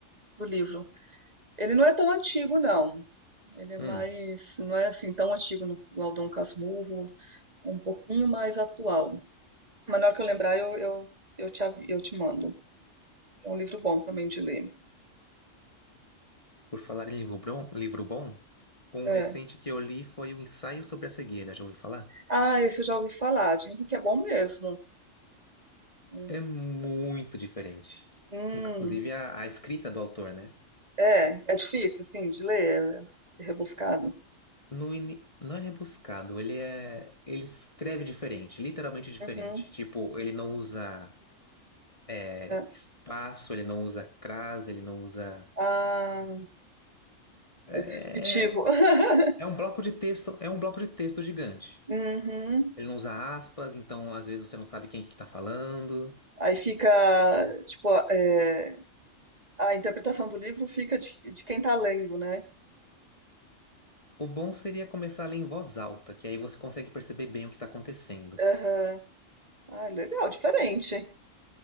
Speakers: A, on the right; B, on the left.
A: do livro. Ele não é tão antigo, não. Ele é
B: Hum,
A: mais. Não é assim tão antigo no- igual Dom Casmurro. É um pouquinho mais atual. Mas na hora que eu lembrar, eu, eu, eu, te, eu te mando. É um livro bom também de ler.
B: por falar em livro bom, livro bom, um
A: É.
B: recente que eu li foi O Ensaio sobre a Cegueira, já ouviu falar?
A: Ah, esse eu já ouvi falar, dizem que é bom mesmo. Hum,
B: É muito diferente.
A: Hum,
B: Inclusive a, a escrita do autor, né?
A: é, é difícil, assim, de ler, é é rebuscado.
B: No ini- não é rebuscado, ele é. Ele escreve diferente, literalmente diferente.
A: Uhum,
B: Tipo, ele não usa é,
A: é.
B: espaço, ele não usa crase, ele não usa.
A: Ah,
B: É,
A: é disruptivo.
B: é
A: <laughs>
B: é um bloco de texto, é um bloco de texto gigante.
A: Uhum.
B: Ele não usa aspas, então às vezes você não sabe quem que tá falando.
A: Aí fica, tipo, a é, a interpretação do livro fica de, de quem tá lendo, né?
B: O bom seria começar a ler em voz alta, que aí você consegue perceber bem o que tá acontecendo.
A: Aham. Ah, legal, diferente.